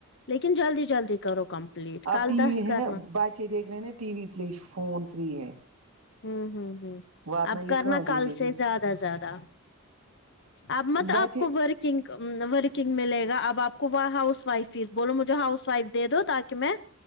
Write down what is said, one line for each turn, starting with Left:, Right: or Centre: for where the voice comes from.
Left: لیکن جلدی جلدی کرو کمپلیٹ کل
Right: اب ٹی
Left: دس
Right: وی ہے
Left: کرنا
Right: نا بچے دیکھ رہے ن ٹی وی اس لیے فون فری ہے
Left: ہوں ہوں ہوں
Right: ورنہ
Left: اب
Right: یہ
Left: کرنا
Right: کہاں
Left: کل
Right: دیتے
Left: سے
Right: تھے
Left: زیادہ زیادہ اب مت آپ
Right: بچے
Left: کو ورک نگ ورکنگ ملےگا اب آپ کو ہاؤس وائف ف بولو مجھے ہاؤس وائف دے دو تاکہ میں